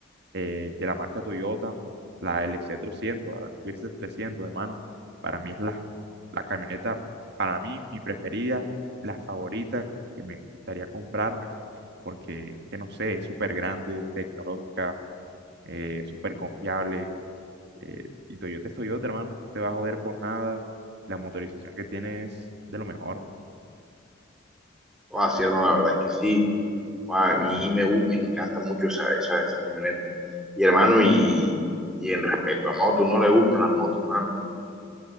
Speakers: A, on the right; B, in the centre.
A: eh, de la marca Toyota, la LC300, la Versa 300, hermano. Para mí es la, la camioneta, para mí, mi preferida, la favorita que me gustaría comprarme, porque es que no sé, es súper grande, tecnológica, eh, súper confiable, eh, y Toyota es Toyota, hermano. No te va a joder por nada. La motorización que tiene es de lo mejor.
B: Joder, sí, hermano, la verdad es que sí. Guau, a mí me, gu- me encanta mucho esa, esa, esa camioneta. Y hermano, y, y en respecto a motos, no le gustan las motos, hermano.